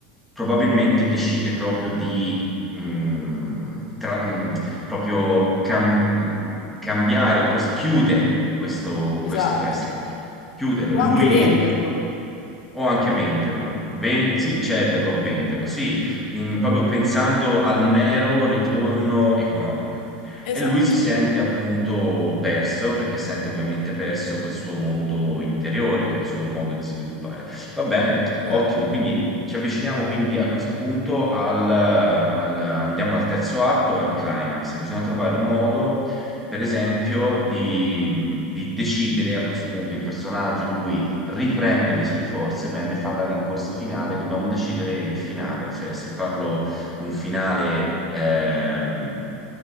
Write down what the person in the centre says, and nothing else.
probabilmente decide proprio di... mh, tra- mh, proprio cam- cambiare o forse chiudere questo,
questo festival. Chiuderlo.
Lui
o anche venderlo, Ven- sì, cederlo o venderlo, sì, in- proprio pensando al mero ritorno economico.
E lui si sente appunto perso, perché sente ovviamente perso quel suo mondo interiore, quel suo modo di sviluppare. Va bene,
ottimo, quindi ci avviciniamo quindi a questo punto al, al- andiamo al terzo atto e al climax. Bisogna trovare un modo, per esempio, di, di decidere a questo punto il personaggio, lui riprende le sue forze, bene, fa la rincorsa finale, dobbiamo decidere il finale, cioè se farlo un finale ehm,